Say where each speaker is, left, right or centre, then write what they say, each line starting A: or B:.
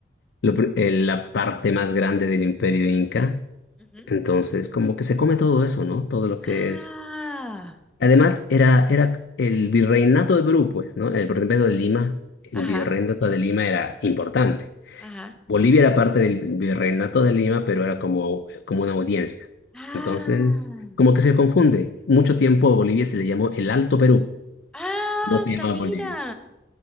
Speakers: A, on the left; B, in the centre.
A: lo pr- eh, la parte más grande del imperio inca,
B: Ujú.
A: entonces como que se come todo eso, ¿no? Todo lo que
B: Ah,
A: es Además, era, era el virreinato de Perú, pues, ¿no? El virreinato de Lima, el
B: ajá,
A: virreinato de Lima era importante.
B: ajá.
A: Bolivia era parte del virreinato de Lima, pero era como, como una audiencia.
B: Ah,
A: Entonces, como que se confunde. Mucho tiempo a Bolivia se le llamó el Alto Perú,
B: ah
A: no se
B: anda,
A: llamaba
B: mira.
A: Bolivia.